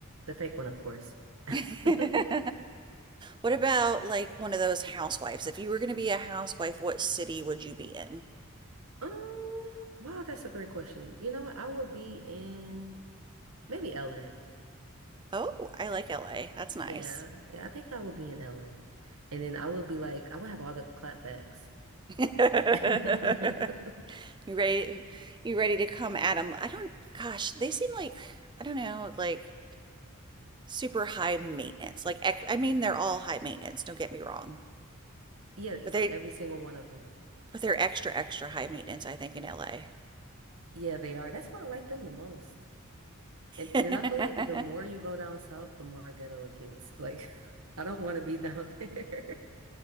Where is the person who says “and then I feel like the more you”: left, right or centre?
Right